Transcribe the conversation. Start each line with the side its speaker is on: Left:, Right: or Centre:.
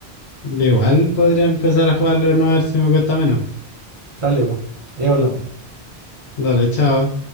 Left: Igual podría empezar a jugarlo no a ver si me cuesta menos.
Right: Dale, pues. Ahí hablamos.
Left: Dale, chao.